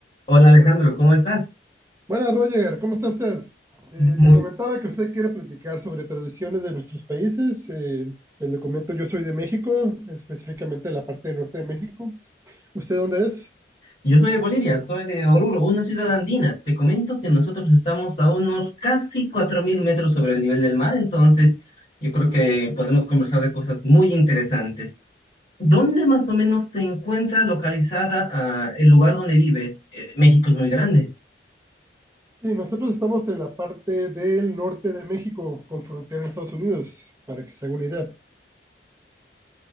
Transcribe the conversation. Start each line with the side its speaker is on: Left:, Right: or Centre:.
Left: Hola Alejandro, ¿cómo estás?
Right: Buenas, Roger, ¿cómo está usted? Eh,
Left: Muy...
Right: me comentaba que usted quiere platicar sobre tradiciones de nuestros países. Eh, pues le comento, yo soy de México, específicamente de la parte norte de México. ¿Usted dónde es?
Left: Yo soy de Bolivia, soy de Oruro, una ciudad andina. Te comento que nosotros estamos a unos casi 4.000 metros sobre el nivel del mar, entonces yo creo que podemos conversar de cosas muy interesantes. ¿Dónde más o menos se encuentra localizada ah, el lugar donde vives? Eh, México es muy grande,
Right: Sí, nosotros estamos en la parte del norte de México, con frontera a Estados Unidos, para que se haga una idea.